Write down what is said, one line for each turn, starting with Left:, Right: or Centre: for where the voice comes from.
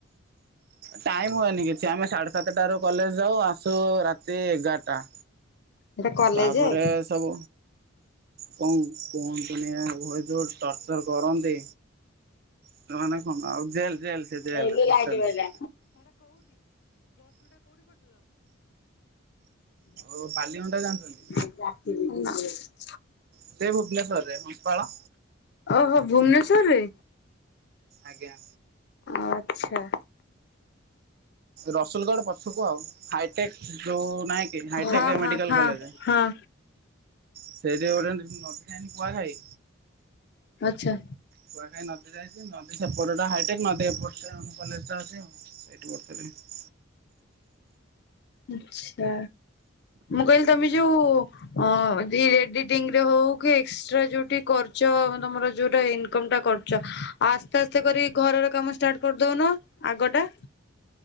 Right: ଟାଇମ୍ ହୁଏନି କିଛି ଆମେ ସାଢ଼େ ସାତଟାରୁ କଲେଜ ଯାଉ ଆସୁ ରାତି ଏଗାରଟା।
Left: ଏଟା କଲେଜେ
Right: ତାପରେ ସବୁ କୌଉଁ କୁହନ୍ତୁନି ଭଏ ଯେଉଁ ଟର୍ଚର୍ କରନ୍ତି। ସୋମାନେ କନ୍ ଆଉ ଜେଲ ଜେଲ। ସେ ଜେଲ
Left: ହେଇଲୋ
Right: ହଷ୍ଟେଲ
Left: ଲାଇଟି ପଇଲା।
Right: ନୁହଁ। ଓଉ ବାଲିଗଣ୍ଡା ଜାଣିଛନ୍ତି।
Left: <unintelligible>
Right: ସେ ଭୁବନେଶ୍ୱରରେ ହଁସପାଳ।
Left: ଓହୋ ଭୁବନେଶ୍ୱର ରେ।
Right: ଆଜ୍ଞା।
Left: ଆଚ୍ଛା।
Right: ରସୁଲଗଡ଼ ପଛକୁ ଆଉ ହାଇଟେକ୍ ଯୋଉ ନାହିଁ କି
Left: ହଁ
Right: ହାଇଟେକ୍
Left: ହଁ
Right: ମେଡିକାଲ
Left: ହଁ
Right: କଲେଜ।
Left: ହଁ।
Right: ସେଇଠି ଗୋଟେ ନଦୀ ଆଣି କୁହା ଖାଇ।
Left: ଆଛା।
Right: କୁଆଖାଇ ନଦୀ ଯାଇଛି ନଦୀ ସେପଟଟା ହାଇଟେକ୍ ନଦୀ ଏପଟଟା ଆମ କଲେଜ ଟା ଅଛି। ସେଇଠି <unintelligible>
Left: ଆଛା ମୁଁ କହିଲି ତମେ ଯୋଉ ହଁ ଯି ଏଡିଟିଂ ରେ ହଉ କି ଏକ୍ସଟ୍ରା ଯୋଉଠି କର୍ଚ ତମର ଯୋଉଟା ଇନକମ ଟା କର। ଚ ଆସ୍ତେ ଆସ୍ତେ କରି ଘରର କାମ ଷ୍ଟାର୍ଟ କରିଦଉନ ଆଗଟା।